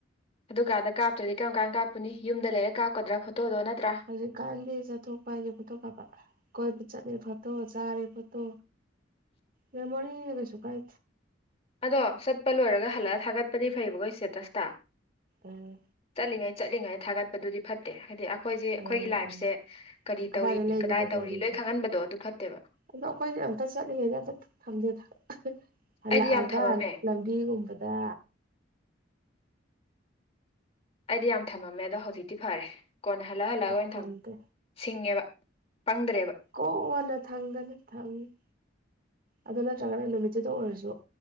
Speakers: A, on the left; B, on the right.
A: ꯑꯗꯨꯀꯥꯟꯗ ꯀꯥꯞꯇ꯭ꯔꯗꯤ ꯀꯔꯝ ꯀꯥꯟ ꯀꯥꯞꯄꯅꯤ ꯌꯨꯝꯗ ꯂꯩꯔꯒ ꯀꯥꯞꯀꯗ꯭ꯔꯥ ꯐꯣꯇꯣꯗꯣ ꯅꯠꯇ꯭ꯔꯥ
B: ꯍꯧꯖꯤꯛꯀꯥꯟꯗꯤ ꯆꯠꯊꯣꯛꯄ ꯍꯥꯏꯁꯦ ꯐꯣꯠꯇꯣꯛ ꯀꯥꯄ ꯀꯣꯏꯕꯨ ꯆꯠꯦ ꯐꯣꯇꯣ ꯆꯥꯔꯦ ꯐꯣꯇꯣ ꯃꯦꯃꯣꯔꯤ ꯀꯩꯁꯨ ꯀꯥꯏ
A: ꯑꯗꯣ ꯆꯠꯄ ꯂꯣꯏꯔꯒ ꯍꯜꯂꯛꯑ ꯊꯥꯒꯠꯄꯗꯤ ꯐꯩꯕꯈꯣ ꯁ꯭ꯇꯦꯇꯁꯇ
B: ꯎꯝ
A: ꯆꯠꯂꯤꯉꯩ ꯆꯠꯂꯤꯉꯩ ꯊꯥꯒꯠꯄꯗꯨꯗꯤ ꯐꯠꯇꯦ ꯍꯥꯏꯗꯤ ꯑꯩꯈꯣꯏꯁꯦ ꯑꯩꯈꯣꯏꯒꯤ
B: ꯎꯝ
A: ꯂꯥꯏꯐꯁꯦ
B: ꯎꯝ
A: ꯀꯔꯤ
B: ꯀꯗꯥꯏꯗ
A: ꯇꯧꯔꯤ
B: ꯂꯩꯔꯤꯒꯗꯧꯔꯤꯒꯦ
A: ꯀꯗꯥꯏ ꯇꯧꯔꯤ ꯂꯣꯏ ꯈꯪꯍꯟꯕꯗꯣ ꯑꯗꯨ ꯐꯠꯇꯦꯕ
B: ꯑꯗꯣ ꯑꯩꯈꯣꯏꯗꯤ ꯑꯝꯇ ꯆꯠꯂꯤꯉꯩꯗ ꯑꯝꯇ ꯊꯝꯗꯦꯗ ꯍꯜꯂꯛꯑꯒ
A: ꯑꯩꯗꯤ ꯌꯥꯝ ꯊꯝꯃꯝꯃꯦ
B: ꯂꯝꯕꯤꯒꯨꯝꯕꯗ
A: ꯑꯩꯗꯤ ꯌꯥꯝ ꯊꯝꯃꯝꯃꯦ ꯑꯗꯣ ꯍꯧꯖꯤꯛꯇꯤ ꯐꯔꯦ ꯀꯣꯟꯅ ꯍꯜꯂꯛ ꯍꯜꯂꯛꯑꯒ ꯑꯣꯏꯅ
B: ꯊꯝꯗꯦ
A: ꯊꯝ ꯁꯤꯡꯉꯦꯕ ꯄꯪꯗ꯭ꯔꯦꯕ
B: ꯀꯣꯟꯅ ꯊꯪꯗꯅ ꯊꯪꯉ ꯑꯗꯨ ꯅꯠꯇ꯭ꯔꯒꯅ ꯅꯨꯃꯤꯠꯇꯨꯗ ꯑꯣꯏꯔꯁꯨ